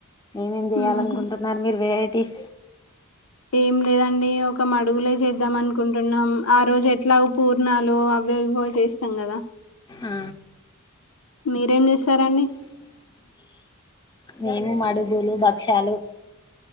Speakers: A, on the left; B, on the left.
A: ఏమేమి చెయాలనుకుంటున్నారు
B: ఉహు
A: మీరు వేరే టిస్
B: ఏం లేదండి ఒక మడుగులే చేద్దాం అనుకుంటున్నాం ఆ రోజు ఎట్లాగో పూర్ణాలు అవో ఇవో చేస్తాం కదా
A: ఆ
B: మీరేం చేశారండి
A: మేము మడుగులు భక్ష్యాలు